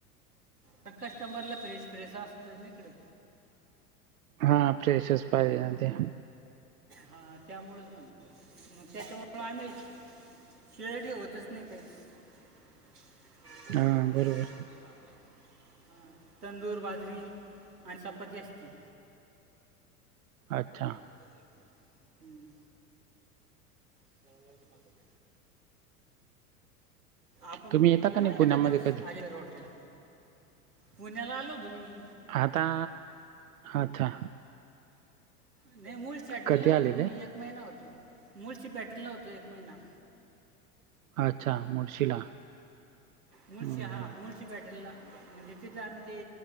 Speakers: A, on the right; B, on the right.
A: त कस्टमरला फ्रेश-फ्रेश असतयना इकडे.
B: हा फ्रेशच पाहिजे ते.
A: हा त्यामुळेच म्हण, मग त्याच्यामुळे पण आम्ही, शिआयडी होतच नाही त्याची <unintelligible>
B: हां बरोबर
A: ह तंदूर, बाजरी अनं चपाती असते.
B: अच्छा.
A: बर. हम्म. <unintelligible> आपण
B: तुम्ही
A: पण
B: येता
A: येना
B: का नाही पुण्यामध्ये
A: एका दिवस
B: कधी
A: आहेरगावतला पुण्या्ला आलो तो मी
B: आता आथा.
A: नाही मूळची पॅटर्न
B: कधी
A: ला
B: आलेले
A: हॊतो मी एक महिना होतो, मूळशी पॅटर्न ला होतो एक महिना.
B: अच्छा मुळशीला?
A: मुळशी
B: हं,
A: हा मुळ मुळशी पॅटर्नला, म्हणजे तिथं आम्ही ते